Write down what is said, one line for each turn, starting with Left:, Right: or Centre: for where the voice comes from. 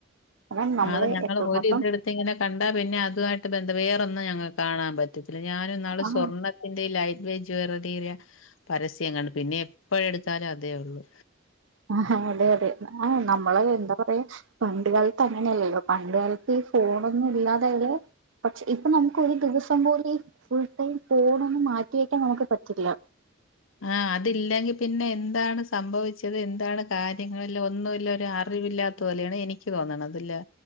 Right: അതാണ് നമ്മള്
Left: അത് ഞങ്ങള്
Right: എത്രമാത്രം
Left: ഒര് ഇതെടുത്ത് ഇങ്ങനെ കണ്ടാ പിന്നെ അതുമായിട്ട് ബന്ധം വേറൊന്നും ഞങ്ങക്ക് കാണാൻ പറ്റത്തില്ല ഞാന്ന്നാള്
Right: ആഹ്
Left: സ്വർണ്ണ ത്തിന്റെ ലൈറ്റ് വേറ്റ് ജ്വല്ലറി ഏരിയ പരസ്യം കണ്ടു പിന്നെ എപ്പോഴ ടുത്താലും അതേ ഉള്ളു.
Right: ആഹാ അതെ അതെ ആഹ് നമ്മള് എന്താ പറ- യാ പണ്ട് കാലത്ത് അങ്ങനെയല്ലല്ലോ പണ്ട് കാലത്ത് ഈ ഫോണൊന്നും ഇല്ലാതായത്. പക്ഷെ ഇപ്പൊ നമുക്ക് ഒരു ദിവസം പോലെ ഫുൾ ടൈം ഫോണൊന്നും മാറ്റിവെക്കാൻ നമുക്ക് പറ്റില്ല.
Left: ആഹ് അതില്ലെങ്കി പിന്നെ എന്താണ് സംഭവിച്ചത് എന്താണ് കാര്യങ്ങളല്ല ഒന്നുല്ല ഒരു അറിവില്ലാ- ത്ത പോലെയാണ് എനിക്ക് തോന്ന്ണത് ല്ലോ